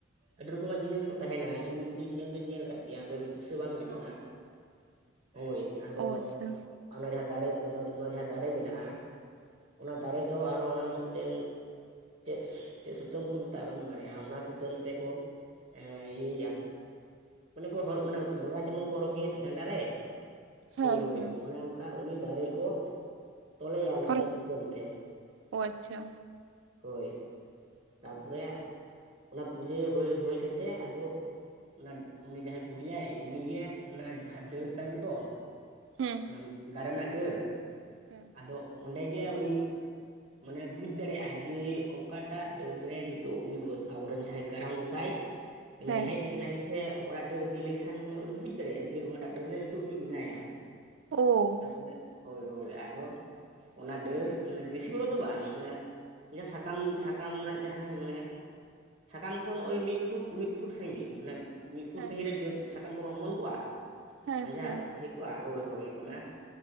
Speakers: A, on the right; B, on the right.
A: ᱟᱹᱰᱤ ᱨᱚᱠᱚᱢᱟᱜ ᱡᱤᱱᱤᱥ ᱠᱚ ᱛᱟᱦᱮᱸᱱᱟ ᱤᱧ ᱫᱚᱧ ᱧᱮᱞ ᱫᱚᱧ ᱧᱮᱞ ᱟᱠᱟᱫ ᱜᱮᱭᱟ ᱟᱫᱚ ᱫᱤᱥᱟᱹ ᱵᱟᱝ ᱦᱤᱡᱩᱜ ᱠᱟᱱᱟ᱾ ᱦᱳᱭ ᱟᱫᱚ
B: ᱚ ᱟᱪᱪᱷᱟ
A: ᱚᱱᱟ ᱡᱟᱦᱟᱸ ᱫᱟᱨᱮ ᱚᱱᱟ ᱡᱟᱦᱟᱸ ᱫᱟᱨᱮ ᱢᱮᱱᱟᱜᱼᱟ ᱚᱱᱟ ᱫᱟᱨᱮ ᱫᱚ ᱟᱨᱦᱚᱸ ᱚᱱᱟ ᱢᱤᱫᱴᱮᱱ ᱪᱮᱫ ᱪᱮᱫ ᱥᱩᱛᱟᱹᱢ ᱠᱚ ᱢᱮᱛᱟᱜᱼᱟ ᱵᱟᱹᱧ ᱵᱟᱲᱟᱭᱟ ᱚᱱᱟ ᱥᱩᱛᱟᱹᱢ ᱛᱮᱠᱚ ᱮᱸ ᱤᱭᱟᱹᱭᱟ ᱢᱟᱱᱮ ᱠᱚ ᱦᱚᱨ ᱢᱟᱱᱮ ᱰᱚᱨᱟ ᱡᱮᱢᱚᱱ ᱠᱚ ᱦᱚᱨᱚᱜᱽ ᱜᱮᱭᱟ ᱰᱟᱸᱰᱟ ᱨᱮ
B: ᱦᱮᱸ
A: ᱦᱳᱭ ᱦᱳᱭ
B: ᱦᱮᱸ
A: ᱚᱱᱮ ᱚᱝᱠᱟ ᱩᱱᱤ ᱫᱟᱨᱮ ᱠᱚ ᱛᱚᱞᱮᱭᱟ ᱚᱱᱮ
B: ᱦᱚᱨᱚᱜ
A: ᱚᱸᱰᱮ ᱥᱩᱛᱟᱹᱢ ᱛᱮ
B: ᱚ ᱟᱪᱪᱷᱟ
A: ᱦᱳᱭ᱾ ᱛᱟᱯᱚᱨᱮ ᱚᱱᱟ ᱯᱩᱡᱟᱹ ᱦᱩᱭ ᱦᱩᱭ ᱠᱟᱛᱮᱜ ᱟᱫᱚ ᱚᱱᱟ ᱩᱱᱤ ᱡᱟᱦᱟᱸᱭ ᱯᱩᱡᱟᱹᱭᱟᱭ ᱩᱱᱤᱜᱮ ᱚᱱᱟ ᱡᱟᱦᱟᱸ ᱰᱟᱹᱨ ᱛᱟᱦᱮᱸᱱ ᱫᱚ
B: ᱦᱮᱸ
A: ᱚᱱᱟ ᱫᱟᱨᱮ ᱱᱟᱜ ᱰᱟᱹᱨ
B: ᱦᱮᱸ
A: ᱫᱚ ᱚᱸᱰᱮ ᱜᱮ ᱩᱱᱤ ᱢᱟᱱᱮ ᱵᱩᱡ ᱫᱟᱲᱮᱜᱼᱟᱭ ᱡᱮ ᱚᱠᱟᱴᱟᱜ ᱰᱟᱹᱨ ᱨᱮ ᱱᱤᱛᱳᱜ ᱩᱱᱤ ᱜᱚ ᱟᱵᱚᱨᱮᱱ ᱡᱟᱦᱟᱸᱭ ᱠᱟᱨᱟᱢ ᱜᱚᱸᱥᱟᱭ ᱢᱟᱱᱮ
B: ᱦᱮᱸ
A: ᱦᱮᱡ ᱟᱠᱟᱱᱟᱭ ᱥᱮ ᱥᱮ ᱚᱠᱟᱴᱟᱜ ᱰᱟᱹᱨ ᱤᱫᱤ ᱞᱮᱠᱷᱟᱱ ᱢᱟᱱᱮ ᱩᱱᱤ ᱵᱩᱡᱽ ᱫᱟᱲᱮᱜᱼᱟ ᱡᱮ ᱱᱚᱣᱟᱴᱟᱜ ᱰᱟᱹᱨ ᱨᱮ ᱱᱤᱛᱚᱜ ᱩᱱᱤ ᱢᱮᱱᱟᱭᱟ᱾
B: ᱳ
A: ᱱᱮ ᱦᱳᱭ ᱦᱳᱭ ᱟᱫᱚ ᱚᱱᱟ ᱰᱟᱹᱨ ᱢᱟᱱᱮ ᱵᱮᱥᱤ ᱵᱚᱲᱚ ᱫᱚ ᱵᱟᱝ ᱢᱟᱱᱮ ᱡᱟᱦᱟᱸ ᱥᱟᱠᱟᱢ ᱥᱟᱠᱟᱢ ᱱᱟᱜ ᱡᱟᱦᱟᱸ ᱢᱟᱱᱮ ᱥᱟᱠᱟᱢ ᱠᱷᱚᱱ ᱳᱭ ᱢᱤᱜ ᱯᱷᱩᱴ ᱢᱤᱜ ᱯᱷᱩᱴ ᱥᱟᱺᱜᱤᱧ ᱢᱟᱱᱮ ᱢᱤᱫ ᱯᱷᱩᱨ
B: ᱦᱮᱸ
A: ᱥᱟᱺᱜᱤᱧ ᱨᱮ ᱰᱟᱹᱨ ᱥᱟᱠᱟᱢ ᱠᱚ ᱵᱟᱝ ᱚᱢᱚᱱ ᱠᱚᱜᱼᱟ
B: ᱦᱮᱸ
A: ᱚᱱᱮ ᱡᱟᱦᱟᱸ
B: ᱦᱮᱸ
A: ᱦᱮᱰ ᱠᱚᱣᱟ ᱦᱳᱭ ᱦᱳᱭ ᱚᱱᱟ